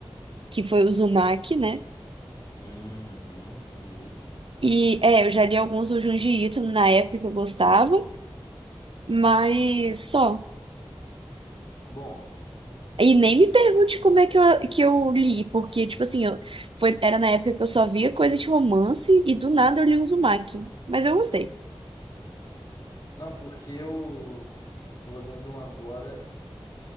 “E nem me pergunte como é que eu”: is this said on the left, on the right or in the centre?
Right